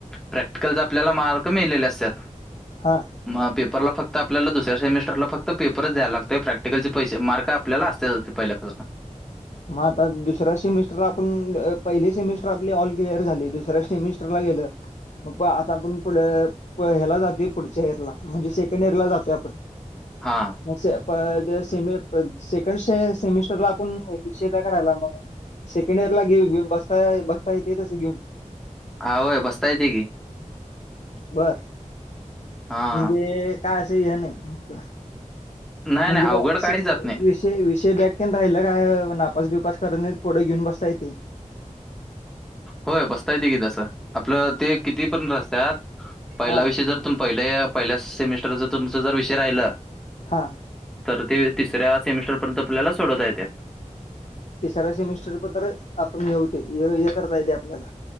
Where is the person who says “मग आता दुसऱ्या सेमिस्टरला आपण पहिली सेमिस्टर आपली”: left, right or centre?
Left